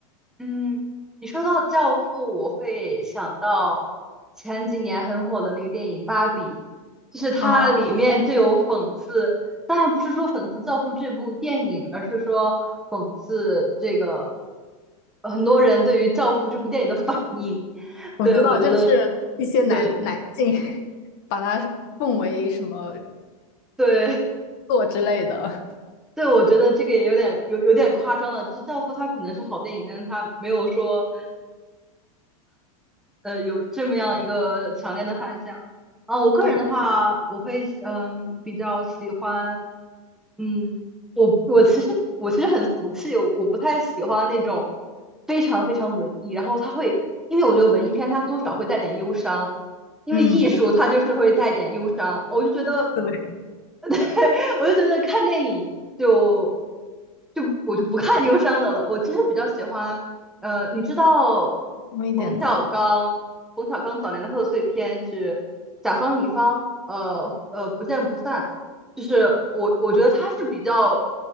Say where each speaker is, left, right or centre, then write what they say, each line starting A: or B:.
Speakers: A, in the centre; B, on the left (about 40°).
A: 嗯，你说到《教父》，我会想到前几年很火的那个电影《芭比》，就是它里面就有讽刺，
B: 啊，
A: 当然不是说讽刺《教父》这部电影，而是说讽刺这个很多人对于《教父》这部电影的反应。<laughs>
B: 我知道，
A: 对，我觉得，
B: 就是一些男男性
A: 对
B: <laughs> 把它奉为什么
A: 对。
B: 作之类的。
A: 对，我觉得这个也有点有有点夸张了。就是《教父》它可能是好电影，但是它没有说呃有这么样一个强烈的反响啊。我个人的话，
B: 对，
A: 我会嗯比较喜欢，嗯，我我其实我其实很俗气，我我不太喜欢那种非常非常文艺，然后它会，因为我觉得文艺片它多少会带点忧伤，因为艺术它就是会带点忧伤，
B: 嗯，
A: 我就觉得
B: 对，
A: <laughs> 我就觉得看电影就就我就不看忧伤的了。我其实比较喜欢，呃，你知道
B: 重一点的，
A: 冯小刚，冯小刚早年的贺岁片是《甲方乙方》，呃呃，不见不散。就是我我觉得它是比较